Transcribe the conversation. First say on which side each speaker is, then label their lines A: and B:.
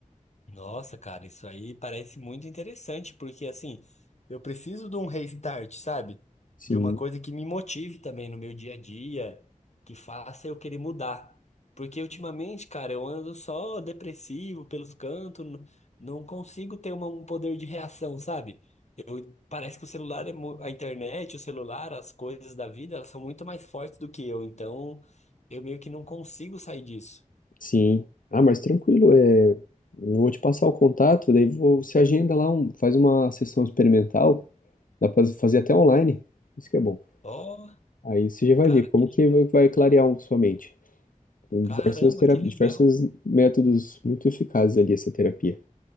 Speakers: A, on the left (about 55°); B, on the left (about 80°).
A: Nossa, cara, isso aí parece muito interessante, porque assim, eu preciso de um restart, sabe?
B: Sim.
A: De uma coisa que me motive também no meu dia a dia, que faça eu querer mudar. Porque ultimamente, cara, eu ando só depressivo pelos cantos, n- não consigo ter uma- um poder de reação, sabe? Eu, parece que o celular é, mu- a internet, o celular, as coisas da vida, elas são muito mais fortes do que eu, então eu meio que não consigo sair disso.
B: Sim. Ah, mas tranquilo, é... eu vou te passar o contato, daí vou- você agenda lá, um- faz uma sessão experimental, dá pra fazer até online, isso que é bom.
A: Ó,
B: Aí você já vai
A: cara,
B: ver como
A: que legal.
B: que vai vai clarear um- sua mente. Tem
A: Caramba,
B: diversas tera...
A: que
B: diversos
A: legal.
B: métodos muito eficazes ali essa terapia.